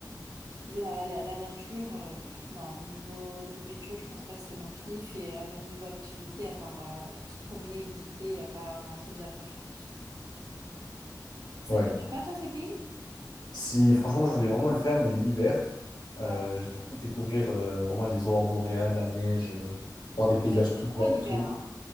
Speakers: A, on the right; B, on the left.
A: la, la, la nature, euh, pff, non, niveau nourriture, je pense pas que c'est mon kiff. Et euh, même niveau activité, à part euh, se promener et visiter, il n'y a pas grand-chose à faire, je pense. Ça
B: Ouais.
A: te fait pas, toi, ces pays?
B: Si franchement, je voulais vraiment le faire, mais l'hiver,
A: Ouais.
B: euh, j'ai trop envie de découvrir euh, vraiment les aurores boréales, la neige, euh, voir des
A: Ah
B: paysages
A: ouais, il fait
B: tout
A: froid
B: blancs
A: l'hiver,
B: et tout.
A: hein.